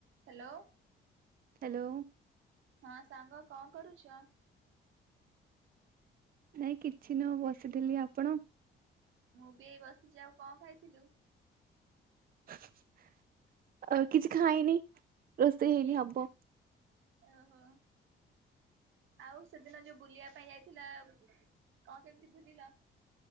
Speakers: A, on the right; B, on the right.
A: Hello!
B: Hello!
A: ହଁ ସାଙ୍ଗ କଣ କରୁଛ?
B: ନାଇଁ କିଛି ନ ବସିଥିଲି ଆପଣ?
A: ମୁଁ ବି ଏଇ ବସିଛି ଆଉ, କଣ ଖାଇଥିଲୁ?
B: ଆ, କିଛି ଖାଇନି, ରୋଷେଇ ହେଇନି
A: କି?
B: ହବ।
A: ଓହୋ ଆଉ ସେଦିନ ଯୋଉ ବୁଲିବା ପାଇଁ ଯାଇଥିଲ! କଣ କେମିତି ବୁଲିଲ?